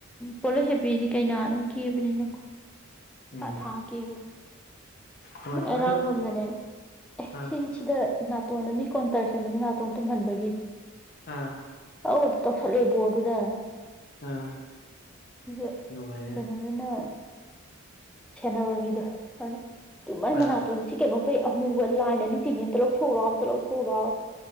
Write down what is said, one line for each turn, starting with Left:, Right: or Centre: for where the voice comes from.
Centre: ꯄꯣꯠꯂꯣꯏ ꯁꯦꯠꯄꯤꯗꯤ ꯀꯩꯅ ꯝ ꯀꯕꯅꯤ ꯅꯣ
Left: ꯎꯝ
Centre: ꯊꯥꯡꯀꯦꯕ
Left: ꯍꯣꯏ
Centre: ꯑꯔꯥꯡꯕꯝꯗꯅꯦ
Left: ꯑꯗꯣ
Centre: ꯑꯦ
Left: ꯑꯥ
Centre: ꯁꯤ ꯁꯤꯗ ꯅꯥꯇꯣꯟꯗ ꯃꯤ ꯀꯣꯟꯇꯔ ꯁꯦꯝꯕꯗ ꯅꯥꯇꯣꯟ ꯇꯨꯝꯍꯟꯕꯒꯤ
Left: ꯍꯥꯥ
Centre: ꯑꯧ ꯑꯗꯨ ꯇꯧꯁꯜꯂꯦ ꯕꯣꯔ ꯑꯗꯨꯗ
Left: ꯑꯥ
Centre: ꯦ
Left: ꯅꯨꯡꯉꯥꯏꯔꯦ
Centre: ꯀꯩꯅꯣꯗꯅ ꯁꯦꯟꯅꯅꯕ ꯃꯤꯗꯣ ꯍꯅ ꯇꯨꯃꯥꯏ ꯃꯅꯥ
Left: ꯑꯥ
Centre: ꯇꯣꯟꯁꯤ ꯀꯩꯅꯣ ꯑꯩꯈꯣꯏ ꯑꯃꯨꯕ ꯂꯥꯏꯟ ꯑꯅꯤ ꯆꯤꯡꯉ ꯑ ꯑꯃꯇ ꯂꯧꯊꯣꯛꯎꯣ ꯑꯝꯇ ꯂꯧꯊꯣꯛꯎꯣ